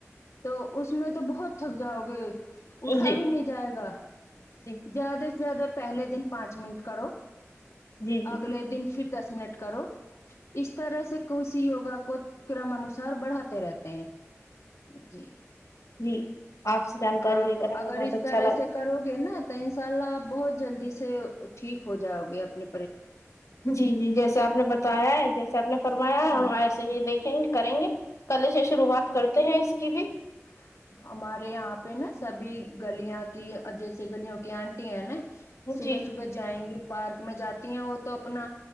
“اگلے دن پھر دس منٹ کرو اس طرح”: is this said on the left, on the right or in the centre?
Left